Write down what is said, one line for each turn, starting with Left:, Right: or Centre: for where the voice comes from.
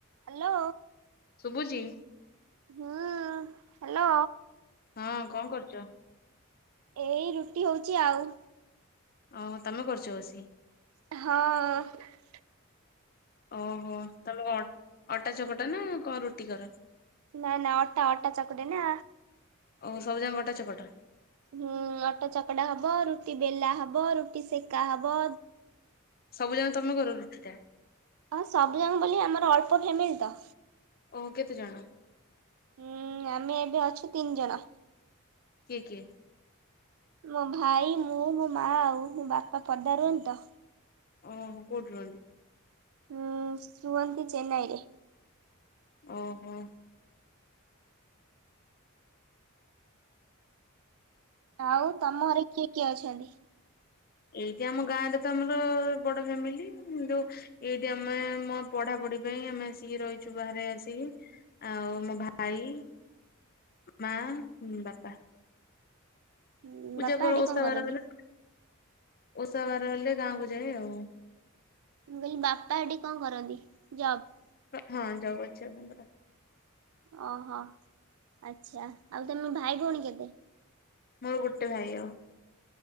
Right: Hello.
Left: ଶୁଭୁଛିି।
Right: ହୁଁ hello.
Left: ହଁ କଣ କରୁଛ?
Right: ଏଇ ରୁଟି ହଉଛି ଆଉ।
Left: ଓହ ତମେ କରୁଛ ବସି।
Right: ହଁ। ହଁ।
Left: ଓହୋ ତମେ କଣ ଅଟା ଚକଟା ନା କଣ ରୁଟି କର?
Right: ନା ନା ଅଟା ଅଟା ଚକୁଟେ ନା।
Left: ଓ ସବୁ ଯାକ ଅଟା ଚକଟ?
Right: ହୁଁ ଅଟା ଚକଡ଼ା ହବ ରୁଟି ବେଲା ହବ ରୁଟି ସେକା ହବ।
Left: ସବୁଯାକ ତମେ କର ରୁଟି ଟା?
Right: ହଁ ସବୁ ଯାଙ୍କ ବୋଲି ଆମର ଅଳ୍ପ ଫ୍ୟାମିଲି ତ।
Left: ଓ କେତେଜଣ?
Right: ହୁଁ ଆମେ ଏବେ ଅଛୁ ତିନି ଜଣ।
Left: କିଏ କିଏ?
Right: ମୋ ଭାଇ ମୁଁ ମୋ ମା ଆଉ ମୋ ବାପା ପଦାରେ ରୁହନ୍ତି ତ।
Left: ଓହ କଉଠି ରୁହନ୍ତି?
Right: ହୁଁ ଶୁଅନ୍ତି ଚେନ୍ନାଇ ରେ।
Left: ଓହୋ।
Right: ଆଉ ତମ ଘରେ କିଏ କିଏ ଅଛନ୍ତି?
Left: ଏଇଠି ଆମ ଗାଁରେ ତ ଆମର ବଡ ଫ୍ୟାମିଲି ଯୋଉ ଏଇଠି ଆମେ ମୋ ପଢାପଢି ପାଇଁ ଆମେ ଆସିକି ରହିଛୁ ବାହାରେ ଆସିକି। ଆଉ ମୋ ଭାଇ ମା ବାପା।
Right: ହୁଁ
Left: ପୂଜା
Right: ବାପା
Left: ପରେ
Right: ହେଠି
Left: ଓଷା
Right: କଣ କରନ୍ତି
Left: ବାର ହେଲା ଓଷା ବାର ହେଲେ ଗାଁକୁ ଯାଏ ଆଉ।
Right: ମୁଁ କହିଲି ବାପା ସେଠି କଣ କରନ୍ତି ଜବ୍?
Left: ହଁ ଜବ୍ ଅଛି ବାପାଙ୍କର।
Right: ଓହୋ ଆଚ୍ଛା ଆଉ ତମେ ଭାଇ ଭଉଣୀ କେତେ?
Left: ମୋର ଗୋଟେ ଭାଇ ଆଉ